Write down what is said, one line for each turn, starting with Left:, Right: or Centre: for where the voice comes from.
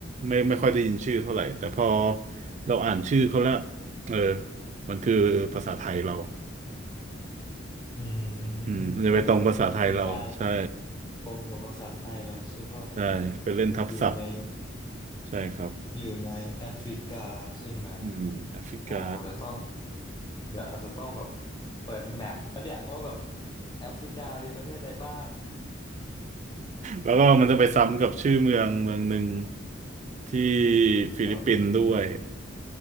Right: ไม่ไม่ค่อยได้ยินชื่อเท่าไหร่ แต่พอเราอ่านชื่อเขาแล้วเออ มันคือภาษาไทยเรา
Left: อืม
Right: อืมมันจะไปตรงภาษาไทยเราใช่
Left: ก็คือเป็นการตรงกับภาษาไทยเราใช่ป่ะ
Right: ใช่ไปเล่นทับศัพท์
Left: อยู่ใน
Right: ใช่ครับ
Left: อยู่ในแอฟริกาใช่ไหม
Right: อืมแอฟริกา
Left: โอ้เดี๋ยวต้องเดี๋ยวอาจจะต้องแบบเปิดแมปปะเนี่ยว่าแบบแอฟริกามีประเทศอะไรบ้าง
Right: แล้วก็มันจะไปซ้ำกับชื่อเมืองเมืองหนึ่ง
Left: <laughs>
Right: ที่ฟิลิปปินส์ด้วย
Left: ครับ <laughs>